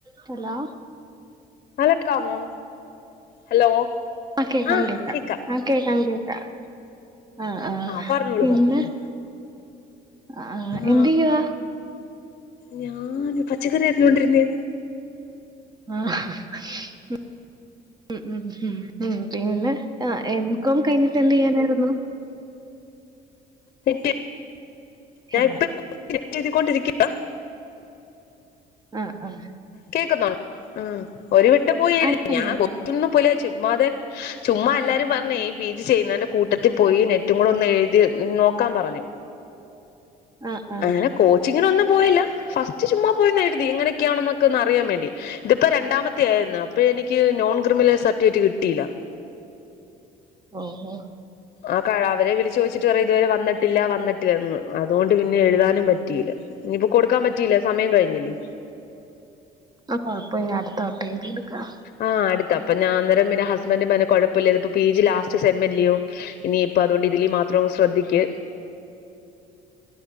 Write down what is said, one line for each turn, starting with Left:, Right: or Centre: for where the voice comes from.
Right: Hello
Left: കേള്ക്കാമോ hello
Right: ആ കേക്കാം
Left: ആഹ് കേക്കാം
Right: ആ കേക്കാം കേക്കാം ആഹ് ആഹ്
Left: പറഞ്ഞോളൂ
Right: പിന്നെ
Left: പറഞ്ഞോളൂ
Right: ആ എന്ത്
Left: ആഹ്
Right: ചെയ്യുവാ
Left: ഞാന് പച്ചക്കറി അറിഞ്ഞൊണ്ടിരുന്നേ
Right: ആഹ് ഉം ഉം ഉം ഉം പിന്നെ ആ എം കോം കഴിഞ്ഞിട്ട് എന്ത് ചെയ്യാനായിരുന്നു
Left: നെറ്റ് ഞാൻ
Right: ഹലോ
Left: ഇപ്പെ നെറ്റ് എഴുതിക്കൊണ്ടിരിക്കാ
Right: ആഹ് ആഹ്
Left: കേക്കുന്നുണ്ടേ ആ ഒരു വട്ടം പോയി എഴുതി
Right: ഐഫോൺ
Left: ഞാൻ
Right: കേട്ടാൽ
Left: ഒന്നും പോലെ ചുമ്മാതെ ചുമ്മാ എല്ലാരും പറഞ്ഞേ ഈ പി ജി ചെയ്യുന്നന്റെ കൂട്ടത്തിൽ പോയി നെറ്റും കൂടെ ഒന്ന് എഴുതി നോക്കാൻ പറഞ്ഞ്
Right: ആ ആ
Left: അങ്ങനെ കോച്ചിങ്ങിനൊന്നും പോയില്ല ഫസ്റ്റ് ചുമ്മാ പോയി ഒന്ന് എഴുതി എങ്ങനൊക്കെയാണെന്നൊക്കെ ഒന്ന് അറിയാൻ വേണ്ടി ഇതിപ്പോ ര രണ്ടാമത്തെ ആയിരുന്നു അപ്പോ എനിക്ക് നോൺ ക്രിമിനൽ സർട്ടിഫിക്കറ്റ് കിട്ടിയില്ല
Right: ഓഹോ ഹോ
Left: ആ അവരെ വിളിച്ച് ചോയിച്ചിട്ട് പറയും ഇതുവരെ വന്നിട് ഇല്ല വന്നിട്ടില്ലിന്ന് അതുകൊണ്ട് പിന്നെ എഴുതാനും പറ്റിയില്ല ഇനിയിപ്പോ കൊടുക്കാൻ പറ്റിയില്ല സമയം കഴിഞ്ഞില്ലേ
Right: അത് കൊഴപ്പില്ല അടുത്ത വട്ടം എഴുതിയെടുക്കാം
Left: ആഹ് അടുത്ത അപ്പ ഞാനന്നേരം പിന്നെ ഹസ്ബന്റും പറഞ്ഞു കുഴപ്പില്ല ഇത് ഇപ്പ പി ജി ലാസ്റ്റ് സെം അല്ലിയോ ഇനിയിപ്പൊ അതുകൊണ്ട് ഇതിലി മാത്രം ശ്രദ്ധിക്ക്
Right: <inaudible>